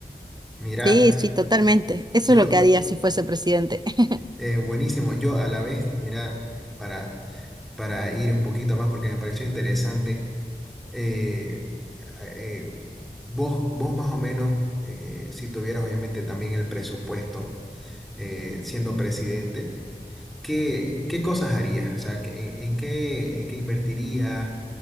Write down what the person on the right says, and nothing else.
Sí, sí, totalmente.
Eso
es lo que haría si fuese presidente. <laughs>